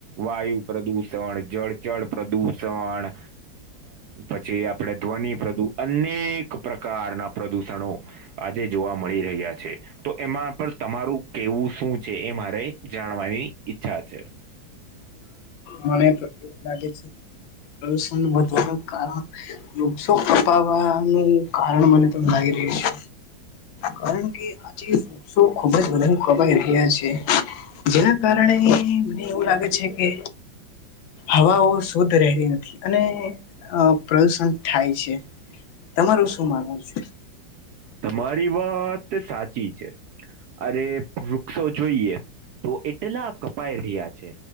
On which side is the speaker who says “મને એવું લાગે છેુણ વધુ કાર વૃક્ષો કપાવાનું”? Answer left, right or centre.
Left